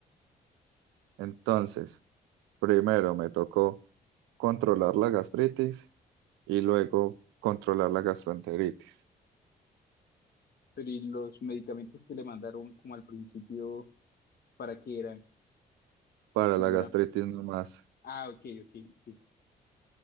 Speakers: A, on the right; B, on the left.
A: Entonces, primero me tocó controlar la gastritis y luego controlar la gastroenteritis.
B: Pero ¿y los medicamentos que le mandaron como al principio, para qué eran?
A: para
B: Si
A: la
B: no
A: gastritis
B: era,
A: nomás.
B: ah, ok, ok, sí.